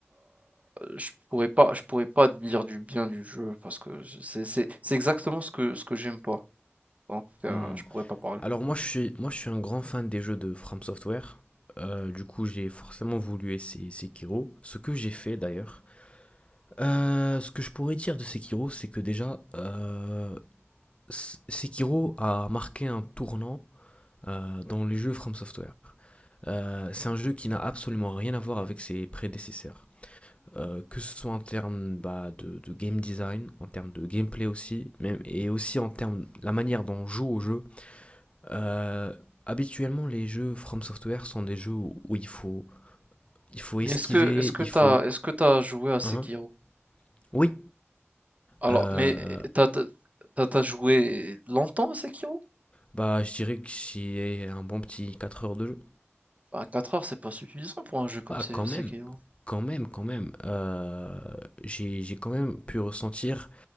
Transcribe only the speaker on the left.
Hmm.
Alors, moi, je suis, moi, je suis un grand fan des jeux de From Software. Euh, du coup, j'ai forcément voulu essayer Sekiro, ce que j'ai fait d'ailleurs. Euh, ce que je pourrais dire de Sekiro, c'est que déjà, euh, Sekiro a marqué un tournant euh, dans les jeux From Software. Euh, c'est un jeu qui n'a absolument rien à voir avec ses prédécesseurs. Euh, que ce soit en termes bah, de, de game design, en termes de gameplay aussi, même, et aussi en termes de la manière dont on joue au jeu. Euh, habituellement, les jeux From Software sont des jeux où, où il, faut, il faut
esquiver,
il
faut...
Hein oui,
euh,
Bah, je dirais que j'ai un bon petit 4 heures de jeu.
Bah,
quand
même, quand même, quand même. euh, j'ai, j'ai quand même pu ressentir